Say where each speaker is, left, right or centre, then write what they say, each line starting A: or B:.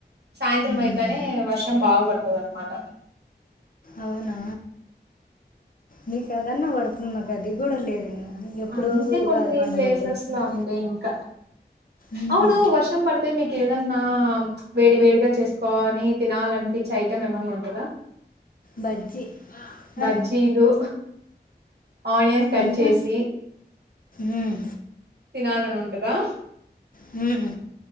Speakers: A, on the right; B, on the left.
A: సాయంత్రం
B: మ్మ్.
A: అయితేనే వర్షం బాగ పడుతదనమాట
B: అవునా మీక అదన్నా పడుతుంది మాకు అది గూడా లేదు ఇంకా. ఎప్పుడో
A: అంతే
B: ఉగాది
A: కొన్ని
B: పండుగ
A: ప్లేసెస్
B: అప్పుడు వచ్చింది
A: లో అంతే ఇంకా
B: మ్మ్.
A: అవును వర్షం పడితే మీక్ ఏదన్నా వేడి వేడిగా చేసుకోని తినాలియనిపించే ఐటెం ఏమైన్నా ఉంటదా
B: బజ్జీ
A: బజ్జీలు
B: ఆ,
A: ఆనియన్స్ కట్
B: మీకు
A: చేసి
B: మ్మ్.
A: తినాలని ఉంటదా
B: మ్